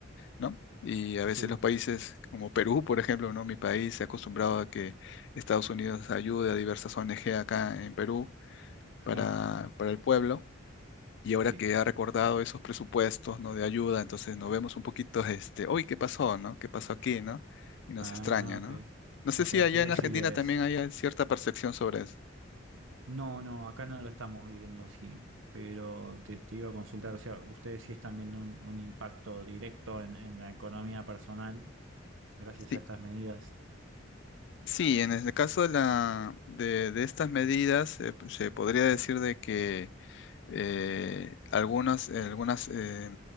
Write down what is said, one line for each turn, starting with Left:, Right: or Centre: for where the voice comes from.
Left: ¿no? Y a
Right: Sí.
Left: veces los países como Perú, por ejemplo, ¿no? Mi país se ha acostumbrado a que Estados Unidos ayude a diversas ONG acá en Perú
Right: Ajá,
Left: para, para el pueblo y ahora
Right: sí.
Left: que ha recordado esos presupuestos, ¿no? De ayuda, entonces nos vemos un poquito, este, uy, ¿qué pasó, no? ¿Qué pasó aquí, no? Y nos
Right: Ah,
Left: extraña,
Right: ok.
Left: ¿no? No sé
Right: O
Left: si
Right: sea, a
Left: allá
Right: ustedes
Left: en Argentina
Right: sí les...
Left: también hay cierta percepción sobre eso.
Right: No, no, acá no lo estamos viviendo así, pero te, te iba a consultar, o sea, ustedes sí están viendo un, un impacto directo en, en la economía personal gracias
Left: Sí,
Right: a estas medidas.
Left: sí, en el caso de, la, de, de estas medidas, eh, se podría decir de que eh, algunas, algunas eh,